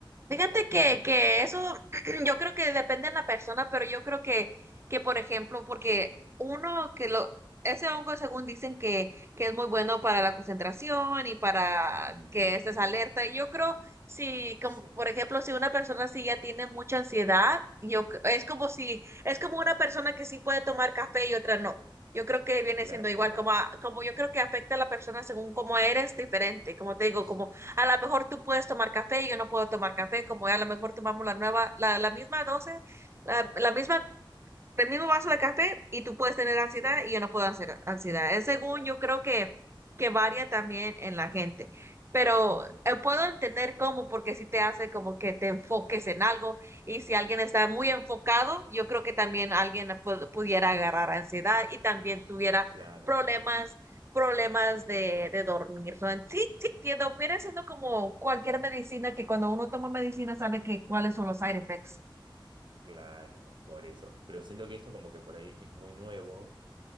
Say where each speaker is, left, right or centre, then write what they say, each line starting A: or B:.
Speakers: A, on the right (about 30°); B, on the right (about 60°).
A: Fíjate que, que eso <clears throat> yo creo que depende de la persona, pero yo creo que, que por ejemplo, porque uno que lo, ese hongo según dicen que, que es muy bueno para la concentración y para
B: Ujú,
A: que estés alerta. Y yo creo si,
B: Sí,
A: como por ejemplo, si una persona sí ya tiene mucha ansiedad, yo c- es como si, es como una persona que sí puede tomar café y otra no. Yo creo que viene
B: claro,
A: siendo igual,
B: total.
A: como, a- como yo creo que afecta a la persona según cómo eres diferente, como te digo,
B: Sí,
A: como a lo mejor tú puedes tomar café y yo no puedo tomar café, como ya a lo mejor tomamos la nueva, la, la misma dosis, la, la misma el mismo vaso de café y tú puedes tener ansiedad
B: sí,
A: y yo no puedo hacer ansiedad. Es según
B: total.
A: yo creo que, que varía también en la gente. Pero
B: Ujú,
A: eh, puedo entender cómo, porque si te hace como que te enfoques en algo y si alguien está muy
B: Sí,
A: enfocado, yo creo que también alguien pu- pudiera agarrar ansiedad y también tuviera
B: claro,
A: problemas, problemas de, de dormir. So, en- sí, sí, entiendo, viene siendo como cualquier medicina que cuando uno toma medicina sabe que cuáles son los side effects.
B: claro, por eso. Pero siento que esto como que por ahí es muy nuevo